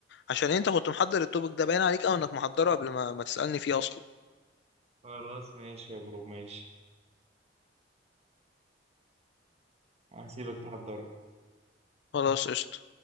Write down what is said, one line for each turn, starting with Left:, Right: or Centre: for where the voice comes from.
Left: عشان انت كنت محضر التوبيك ده باين عليك او انك محضره قبل ما, ما تسألني فيه اصلا
Right: خلاص ماشي يا برو ماشي هسيبك تحضر
Left: خلاص قشطة